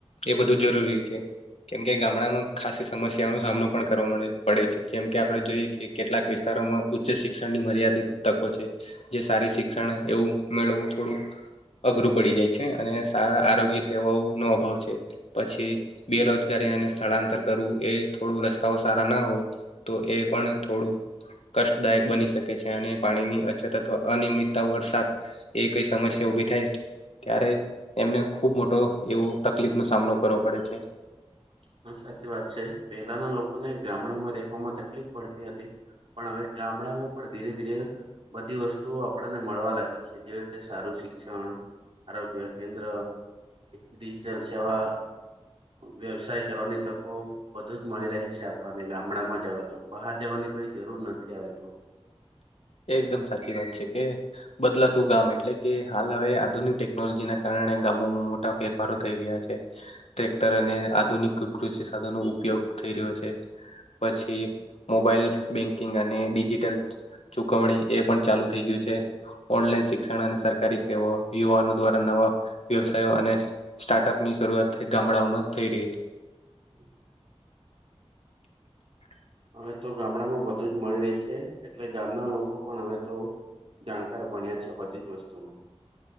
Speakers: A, on the left; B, on the right.
A: એ બધું જરૂરી છે કેમ કે ગામડામાં ખાસી સમસ્યાઓ નો સામનો પણ કરવાે પડે છે જેમ કે આપણે જોઈએ કે કેટલાક વિસ્તારોમાં ઉચ્ચ શિક્ષણની મર્યાદિત તકો છે. જે સારી શિક્ષણ એવું મેળવવું થોડું અઘરું પડી જાય છે અને સારા આરોગ્ય સેવાઓ નો અભાવ છે. પછી બેરોજગારી અને સ્થળાંતર કરવું એ થોડું રસ્તાઓ સારા ના હોય તો એ પણ થોડું કષ્ટદાયક બની શકે છે અને પાણીની અછત અનિમિતતા વરસાદ એ કઈ સમસ્યા ઉભી થાય ત્યારે એમને ખુબ મોટો એવો તકલીફ નો સામનો કરવો પડે છે
B: હા સાચી વાત છે પેલાના લોકોને ગામડામાં રહેવાવામાં તકલીફ પડતી હતી પણ હવે ગામડાઓ પણ ધીરે ધીરે બધી વસ્તુઓ આપણને મળવા લાગી છે જેવી રીતે સારું શિક્ષણ આરોગ્ય કેન્દ્ર ડિજિટલ સેવા વ્યવસાયિક કરવાની તકો બધું જ મળી રહે છે આપણાને ગામડામાં જ આવે તો બહાર જવાની કઈ જરૂર નથી હવે તો
A: એકદમ સાચી વાત છે કે બદલાતું ગામ એટલે કે હાલ હવે આધુનિક ટેકનોલોજી ના કારણે ગામોમાં મોટા ફેર ફારો થઈ રહ્યા છે ટ્રેક્ટર અને આધુનિક કૃષિ સાધનો નો ઉપયોગ થઈ રહ્યો છે. પછી મોબાઈલ બેંકિંગ અને ડિજિટલ ચુકવણી એ પણ ચાલુ થઈ ગયું છે. ઓનલાઈન શિક્ષણ અને સરકારી સેવા યુવાનો દ્વારા નવા વ્યવસાયો અને સ્ટાર્ટઅપ ની શરૂઆત થઈ ગામડાઓમાં થઈ રહી
B: હમ્મ.
A: <inaudible>
B: હવે તો ગામડામાં બધુ જ મળી રહે છે એટલે ગામના લોકો પણ હવે તો જાણકાર ભણ્યા છે બધી જ વસ્તુમાં